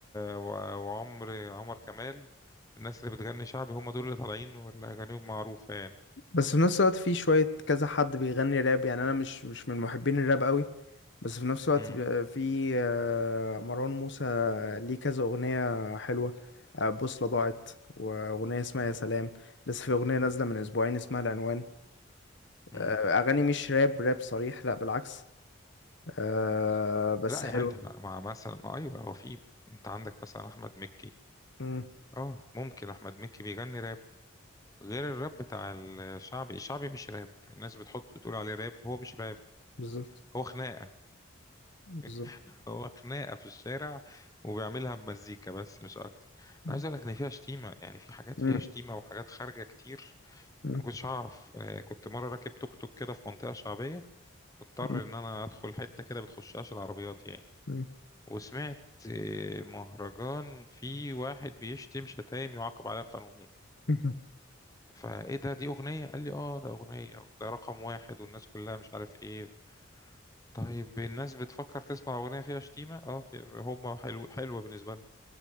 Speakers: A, on the left; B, on the left.
A: و... وعمر عمر كمال الناس اللي بتغني شعبي هم دول اللي طالعين واللي اغانيهم معروفه يعني
B: بس في نفس الوقت في شويه كذا حد بيغني راب يعني انا مش مش من محبين الراب قوي بس في نفس الوقت
A: مم.
B: بي- في آه، مروان موسى ليه كذا اغنيه حلوه آه، بوصله ضاعت واغنيه اسمها يا سلام لسه في اغنيه نازله من اسبوعين اسمها العنوان
A: مم.
B: آه، اغاني مش راب راب صريح لا بالعكس آه، بس
A: لا
B: حلوه
A: يعني انت مع, مع مثلا ما ايوه هو في انت عندك مثلا احمد مكي
B: مم.
A: اه ممكن احمد مكي بيغني راب غير الراب بتاع الشعبي الشعبي مش راب الناس بتحط بتقول عليه راب هو مش راب
B: بالظبط
A: هو خناقة
B: بالظبط
A: <laughs> هو خناقة في الشارع وبيعملها بمزيكا بس مش أكتر أنا
B: مم.
A: عايز أقول لك إن فيها شتيمة يعني في حاجات
B: مم.
A: فيها شتيمة وحاجات خارجة كتير أنا
B: مم.
A: ما كنتش أعرف آه، كنت مرة راكب توك توك كده في منطقة شعبية مضطر
B: مم.
A: إن أنا أدخل حتة كده بتخشهاش العربيات يعني
B: مم.
A: وسمعت آه، مهرجان في واحد بيشتم شتايم يعاقب عليها قانونيا
B: <laughs>
A: فايه ده دي اغنيه قال لي اه ده اغنيه وده رقم واحد والناس كلها مش عارف ايه طيب الناس بتفكر تسمع أغنية فيها شتيمة اه في هما حلو حلوة بالنسبة لهم